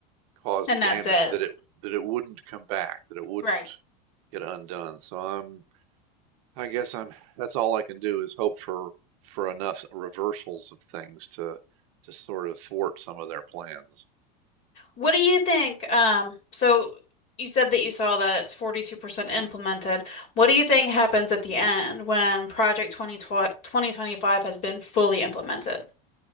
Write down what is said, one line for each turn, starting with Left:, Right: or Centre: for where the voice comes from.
Right: cause
Left: And
Right: damage,
Left: that's it.
Right: that it, that it wouldn't come back, that it wouldn't
Left: Right.
Right: get undone. So I'm, I guess I'm, that's all I can do is hope for, for enough reversals of things to, to sort of thwart some of their plans.
Left: What do you think? Um, so you said that you saw that it's 42% implemented. What do you think happens at the end when Project Twenty Twenty Twenty Five has been fully implemented?